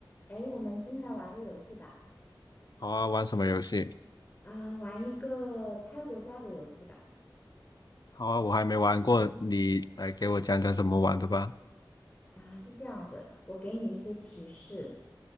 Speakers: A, on the left; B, on the left.
A: 诶，我们今天来玩个游戏吧，
B: 好啊，玩什么游戏？
A: 啊、玩一个猜国家的游戏吧。
B: 好啊，我还没玩过，你来给我讲讲怎么玩的吧。
A: 啊、是这样子，我给你一些提示，